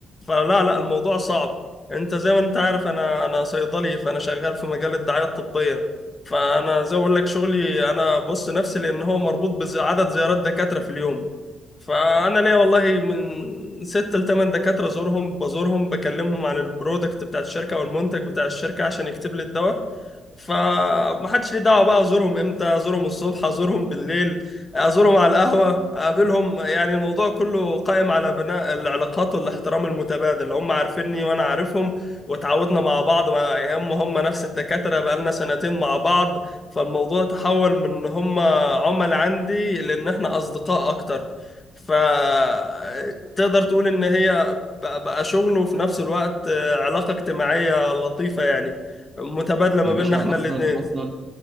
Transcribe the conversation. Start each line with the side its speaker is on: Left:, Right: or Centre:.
Left: فلا لا الموضوع صعب انت زي ما انت عارف انا انا صيدلي فانا شغال في مجال الدعاية الطبية فانا زي ما بقول لك شغلي انا بص نفسي لان هو مربوط بعدد زيارات دكاتره في اليوم فانا ليا والله من ست لثمان دكاتره زورهم بزورهم بكلمهم عن البرودكت بتاع الشركه والمنتج بتاع الشركه عشان يكتب لي الدواء فمحدش ليه دعوه بقى ازورهم امتى ازورهم الصبح ازورهم بالليل ازورهم على القهوه اقابلهم يعني الموضوع كله قائم على بناء العلاقات والاحترام المتبادل هم عارفيني وانا عارفهم واتعودنا مع بعض مع هم هم نفس الدكاترة بقالنا سنتين مع بعض فالموضوع تحول من ان هم عملاء عندي لان احنا اصدقاء اكتر فتقدر تقول ان هي بقى بقى شغل وفي نفس الوقت آه، علاقة اجتماعية لطيفة يعني متبادلة ما
Right: يا
Left: بيننا
Right: باشا
Left: احنا
Right: اصلا
Left: الاتنين
Right: اصلا